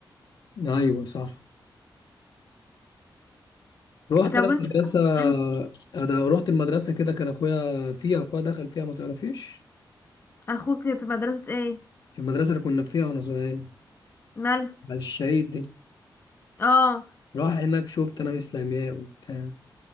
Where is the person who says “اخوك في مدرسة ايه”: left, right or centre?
Left